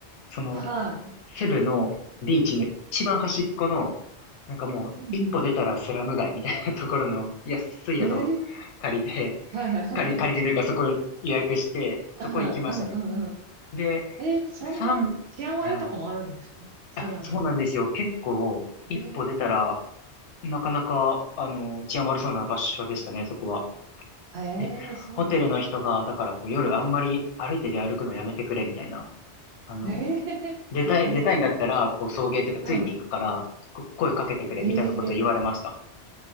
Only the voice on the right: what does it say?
はい。
うんう
ん。えー、はいはい。
<laughs> ああ、
<laughs> うんう
んえ、そんな治安悪いとこもあるんですかスラム。
ね
え。ええ、
そうなんだ。
ねえ、
<laughs> 危ない。
うん。
ええ、